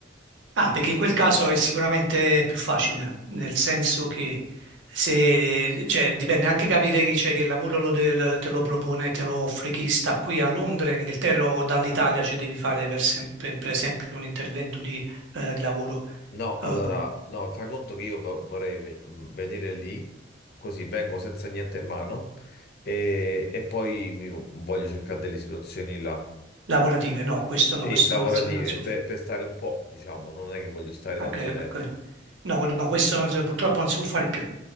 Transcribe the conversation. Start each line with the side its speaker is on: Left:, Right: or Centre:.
Right: Ah, perché
Left: Questo.
Right: in quel caso è sicuramente più facile, nel senso che se, cioè, dipende anche capire che, cioè, che il lavoro lo del- te lo propone, te lo offre chi sta qui a Londra, in Inghilterra o dall'Italia, cioè devi fare per, sem- per- per esempio un intervento di eh, di lavoro.
Left: No, allora,
Right: Eh,
Left: no, fai conto che io vo- vorrei ve- mh, venire lì, così vengo senza niente in mano e, e poi mi vo- voglio cercare delle situazioni là.
Right: lavorative. No, questo no,
Left: Sì,
Right: questo
Left: lavorative,
Right: non si, non si può
Left: per, per stare un po', diciamo, non è che voglio stare
Right: ah,
Left: tanto
Right: che-
Left: tempo.
Right: que- no, no, questo non si- purtroppo non si può fare più,